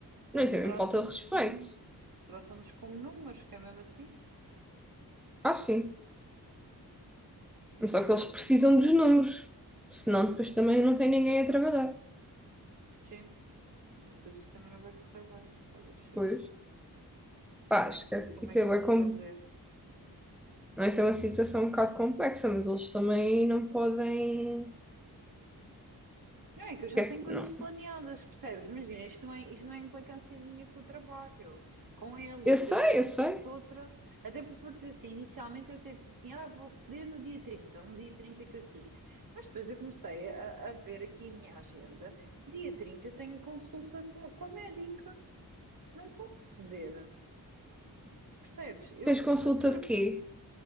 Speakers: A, on the right; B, in the centre.
A: eles
B: Não, isso é
A: tratam-nos
B: mesmo falta de respeito.
A: como, tratam-nos como números, que é mesmo assim.
B: Acho sim.
A: É
B: Mas
A: mesmo.
B: Só que eles precisam dos números, senão depois também não tem ninguém a trabalhar.
A: Sim, depois isto também não vai correr bem. Pá, deixa
B: Pois,
A: ver.
B: pá,
A: Como
B: esquece.
A: é que, como
B: Isso
A: é que
B: é, bué
A: eu vou
B: com...
A: fazer?
B: não, isso é uma situação um bocado complexa, mas eles também não podem.
A: Não é que eu já
B: Esquece,
A: tenho coisas
B: não.
A: planeadas, percebes? Imagina, isto não é, isto não é implicância minha com o trabalho, com eles.
B: Eu sei,
A: Eu até se
B: eu sei.
A: fosse outra, até porque vou dizer assim, inicialmente eu até disse assim, ah, vou ceder no dia 30 um dia 30 que eu tinha. Mas depois eu comecei a, a ver aqui a minha agenda. Dia 30 eu tenho consulta com, com a médica, não posso ceder. Percebes? Eu
B: Tens consulta
A: de, de propósito.
B: de quê?